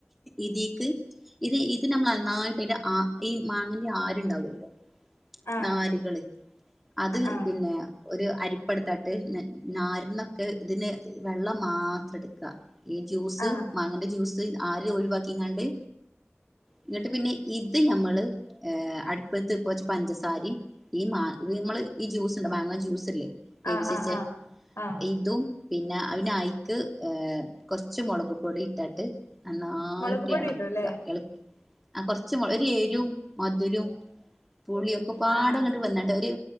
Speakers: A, in the centre; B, on the left.
A: ഇതിക്ക് ഇത് ഇത് നമ്മൾ നന്നായിട്ട് അന്റെ. ആ ഈ മാങ്ങന്റെ ആരുണ്ടാവുല്ലോ.
B: ആഹ്
A: നാര്കള് അത്
B: ആഹ്
A: പിന്നെ. ഒരു അരിപ്പ എടുത്തിട്ട് നാര്ന്നൊക്കെ ഇതിന് വെള്ളം മാത്രം എടുക്ക. ഈ ജ്യൂസ്
B: ആഹ് ആഹ്
A: മാങ്ങന്റെ ജ്യൂസ് ആര് ഒഴിവാക്കിങ്ങാണ്ട്. എന്നിട്ട് പിന്നെ ഇത് ഞമ്മള് ഏഹ് അടുപ്പത്ത് ഇപ്പൊ ച്ച് പഞ്ചസ സാരിം ഈ മാ ഈ മ്മള് ഈ ജ്യൂസ്ണ്ട് മാങ്ങ ജ്യൂസ് ഇല്ലേ. വേവിച്ച്
B: ആഹ് ആഹ്
A: വെച്ചേ
B: ആഹ് ആഹ്
A: ഇതും. പിന്ന പിന്നെ അയ്ക്ക് ഏഹ് കൊർച്ച് മൊളക് പൊടി ഇട്ടാട്ട്. നന്നായിട്ട്
B: മുളക് പൊടി
A: എളക്ക
B: ഇടുംല്ലേ
A: എളക്കി ആഹ് കൊറച്ച് മൊള ഒരു എരും മധുരോം പുളിയൊക്കെ പാടെങ്ങട്ട്
B: ആഹ്
A: വന്നിട്ട് ഒര്.